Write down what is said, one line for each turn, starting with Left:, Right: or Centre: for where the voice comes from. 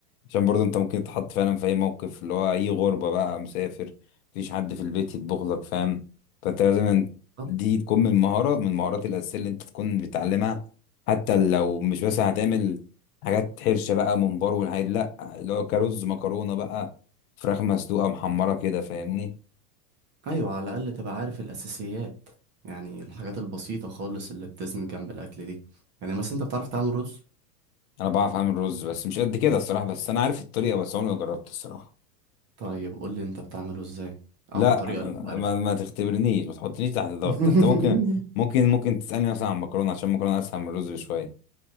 Left: عشان برضو انت ممكن تتحط فعلا في اي موقف اللي هو اي غربة بقى مسافر مفيش حد في البيت يطبخ لك فاهم فانت لازم ان-
Right: طب
Left: دي تكون من مهارة من المهارات الاساسية اللي انت تكون بتعلمها حتى لو مش مثلا هتعمل حاجات حرشة بقى ممبار والحاجات لا اللي هو كرز مكرونة بقى فراخ مسلوقة محمرة كده فاهمني
Right: أيوة على الأقل تبقى عارف الأساسيات يعني الحاجات البسيطة خالص اللي بتسند جنب الأكل دي يعني مثلا انت بتعرف تعمل رز
Left: انا بعرف اعمل رز بس مش قد كده الصراحه بس انا عارف الطريقه بس عمري ما جربت الصراحه
Right: طيب قول لي انت بتعمله ازاي
Left: لا
Right: أو الطريقة اللي انت عارفها
Left: ما, ما تختبرنيش ما تحطنيش تحت ضغط
Right: <laughs>
Left: انت ممكن ممكن ممكن تسالني مثلا عن المكرونه عشان المكرونه اسهل من الرز بشويه